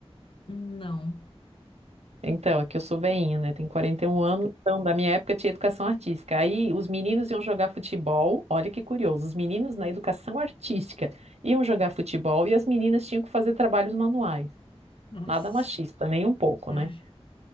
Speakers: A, on the left; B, on the right.
A: Não.
B: Então, aqui eu sou veinha, né? Tenho 41 anos, então da minha época tinha educação artística. Aí os meninos iam jogar futebol, olha que curioso, os meninos na educação artística iam jogar futebol e as meninas tinham que fazer trabalhos manuais.
A: Nossa.
B: Nada machista, nem um pouco,
A: Ai,
B: né?